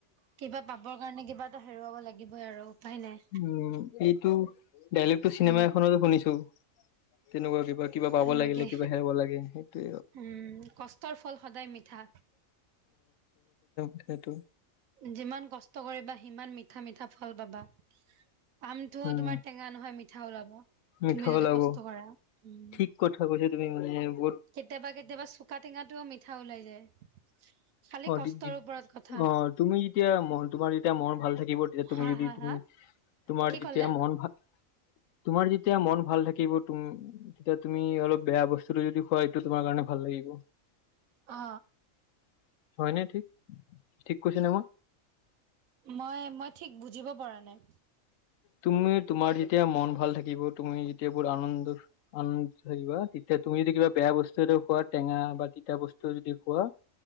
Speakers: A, on the right (about 80°); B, on the left (about 75°).
A: কিবা পাবৰ কাৰণে কিবা এটা হেৰুৱাব লাগিবই আৰু। উপায় নাই
B: উম এইটো ডাইলেক্টো চিনেমা
A: উম
B: এখনত শুনিছোঁ। তেনেকুৱা কিবা কিবা পাব
A: সেনেকে
B: লাগিলে কিবা হেৰাব লাগে অটো
A: উম কষ্টৰ ফল সদায় মিঠা
B: <unintelligible>
A: যিমান কষ্ট কৰিবা সিমান মিঠা মিঠা ফল পাবা। আমটোও
B: উম
A: তোমাৰ টেঙা নহয় মিঠা ওলাব।
B: মিঠা
A: তুমি যদি
B: ওলাব
A: কষ্ট কৰা উম
B: ঠিক কথা কৈছা তুমি মানে ব
A: কেতিয়াবা কেতিয়াবা চোকা টেঙাটোও মিঠা ওলাই যায়। খালি
B: অ
A: কষ্টৰ
B: দি- দি-
A: ওপৰত কথা।
B: অ তুমি যেতিয়া ম তোমাৰ যেতিয়া মন ভাল থাকিব তেতিয়া তুমি
A: হা
B: যদি
A: হা
B: তুমি
A: হা
B: তোমাৰ
A: কি
B: যেতিয়া
A: ক'লে
B: মন ভাল
A: <inaudible>
B: তোমাৰ যেতিয়া মন ভাল থাকিব তুম তেতিয়া তুমি অলপ বেয়া বস্তুটো যদি খোৱা এইটো তোমাৰ কাৰণে ভাল লাগিব হ
A: অ
B: হয়নে ঠিক ঠিক কৈছে ন মই
A: মই মই ঠিক বুজিব পৰা নাই।
B: তুমি তোমাৰ যেতিয়া মন ভাল থাকিব তুমি যেতিয়া বৰ আনন্দ আনন্দ থাকিবা তেতিয়া তুমি যদি কিবা বেয়া বস্তু খোৱা টেঙা বা তিতা বস্তু যদি খোৱা